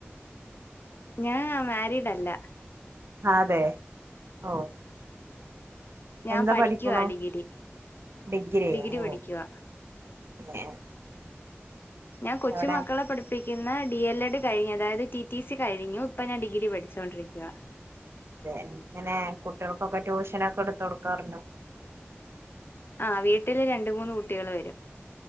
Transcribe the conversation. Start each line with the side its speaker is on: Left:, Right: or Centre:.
Left: ഞാൻ മാരീഡല്ല.
Right: ആ അതെ ഓ
Left: ഞാൻ
Right: എന്താ
Left: പഠിക്കുവാ
Right: പഠിക്കണു?
Left: ഡിഗ്രി
Right: ഡിഗ്രിയാ
Left: ഡിഗ്രി
Right: ഓ
Left: പഠിക്കുവാ
Right: <unintelligible>
Left: ഞാൻ കൊച്ചുമക്കളെ
Right: എവിടെ
Left: പഠി പഠിക്കുന്ന ഡി എൽ എഡ് കഴിഞ്ഞു അതായത് ടി ടി സി കഴിഞ്ഞു ഇപ്പൊ ഞാൻ ഡിഗ്രി പഠിച്ചുകൊണ്ടിരിക്കുക
Right: അതെ എങ്ങനെ കുട്ടികൾക്കൊക്കെ ട്യൂഷനൊക്കെ എടുത്ത കൊടുക്കാറുണ്ടോ
Left: ആ വീട്ടില് രണ്ട് മൂന്ന് കുട്ടികള് വരും